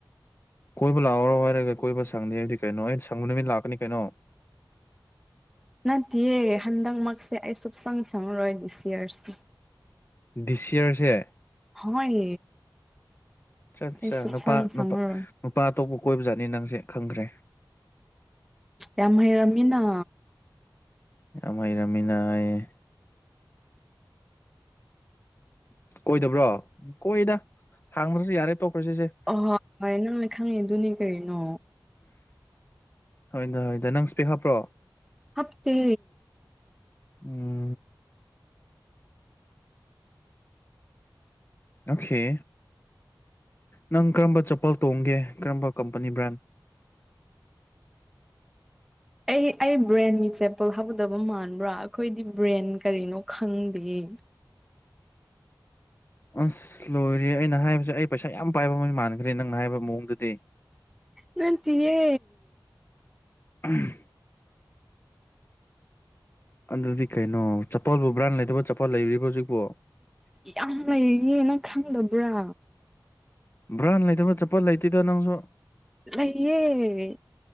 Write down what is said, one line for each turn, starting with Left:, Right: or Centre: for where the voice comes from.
Left: ꯀꯣꯏꯕ ꯂꯥꯛꯑꯣꯔꯣ ꯍꯥꯏꯔꯒ ꯀꯣꯏꯕ ꯁꯪꯗꯦ ꯍꯥꯏꯕꯗꯤ ꯀꯩꯅꯣ ꯑꯩ ꯁꯪꯕ ꯅꯨꯃꯤꯠ ꯂꯥꯛꯀꯅꯤ ꯀꯩꯅꯣ꯫
Centre: ꯅꯠꯇꯦꯌꯦ ꯍꯟꯗꯛꯃꯛꯁꯦ ꯑꯩ ꯁꯨꯛꯁꯪ ꯁꯪꯉꯔꯣꯏ ꯗꯤꯁ ꯌꯦꯔꯁꯤ꯫
Left: ꯗꯤꯁ ꯌꯦꯔꯁꯦ꯫
Centre: ꯍꯣꯏ
Left: ꯆꯠꯆꯥ
Centre: ꯑꯩ ꯁꯨꯞꯁꯪ
Left: ꯅꯨꯄꯥ
Centre: ꯁꯪꯉꯔꯣꯏ
Left: ꯅꯨꯄꯥ ꯅꯨꯄꯥ ꯑꯇꯣꯞꯄ ꯀꯣꯏꯕꯖꯥꯠꯅꯤ ꯅꯪꯁꯦ ꯈꯪꯈ꯭ꯔꯦ꯫
Centre: ꯌꯥꯝ ꯍꯩꯔꯝꯃꯤꯅꯥ꯫
Left: ꯌꯥꯝ ꯍꯩꯔꯝꯃꯤꯅ ꯍꯥꯏꯌꯦ꯫ ꯀꯣꯏꯗꯕ꯭ꯔꯣ ꯀꯣꯏꯌꯦꯗ ꯍꯥꯡꯗ꯭ꯔꯁꯨ ꯌꯥꯔꯦ ꯇꯣꯛꯈ꯭ꯔ ꯁꯤꯁꯦ꯫
Centre: ꯑꯍꯣꯏ ꯍꯣꯏ ꯅꯪꯅ ꯈꯪꯉꯤꯗꯨꯅꯤ ꯀꯩꯅꯣ꯫
Left: ꯍꯣꯏꯗ ꯍꯣꯏꯗ ꯅꯪ ꯁ꯭ꯄꯦꯛ ꯍꯥꯞꯄ꯭ꯔꯣ꯫
Centre: ꯍꯥꯞꯇꯦ꯫
Left: <unintelligible> ꯑꯣꯀꯦ ꯅꯪ ꯀꯔꯝꯕ ꯆꯄꯜ ꯇꯣꯡꯒꯦ ꯀꯔꯝꯕ ꯀꯝꯄꯅꯤ ꯕ꯭ꯔꯥꯟ꯫
Centre: ꯑꯩ ꯑꯩ ꯕ꯭ꯔꯦꯟꯒꯤ ꯆꯦꯄꯜ ꯍꯥꯗꯕ ꯃꯥꯟꯕ꯭ꯔꯥ ꯑꯩꯈꯣꯏꯗꯤ ꯕ꯭ꯔꯦꯟ ꯀꯔꯤꯅꯣ ꯈꯪꯗꯦꯌꯦ꯫
Left: ꯑꯁ ꯂꯣꯏꯔꯦ ꯑꯩꯅ ꯍꯥꯏꯕꯁꯦ ꯑꯩ ꯄꯩꯁꯥ ꯌꯥꯝ ꯄꯥꯏꯕ ꯃꯩ ꯃꯥꯟꯈ꯭ꯔꯦ ꯅꯪꯅ ꯍꯥꯏꯕ ꯃꯑꯣꯡꯗꯗꯤ꯫
Centre: ꯅꯠꯇꯤꯌꯦ꯫
Left: <unintelligible> ꯑꯗꯨꯗꯤ ꯀꯩꯅꯣ ꯆꯄꯜꯕꯨ ꯕ꯭ꯔꯥꯟ ꯂꯩꯇꯕ ꯆꯄꯜ ꯂꯩꯔꯤꯕꯔꯤꯕ꯭ꯔ ꯍꯧꯖꯤꯛꯄꯣ꯫
Centre: ꯌꯥꯝ ꯂꯩꯌꯦ ꯅꯪ ꯈꯪꯗꯕ꯭ꯔꯥ꯫
Left: ꯕ꯭ꯔꯥꯟ ꯂꯩꯇꯕ ꯆꯠꯄꯜ ꯂꯩꯇꯦꯗ ꯅꯪꯁꯨ꯫
Centre: ꯂꯩꯌꯦ꯫